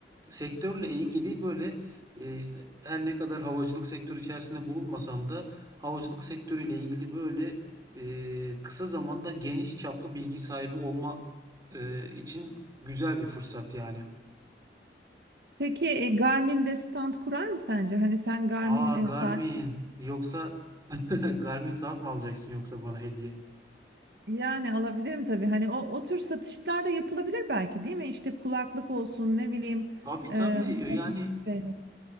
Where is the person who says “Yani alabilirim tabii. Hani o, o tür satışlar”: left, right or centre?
Right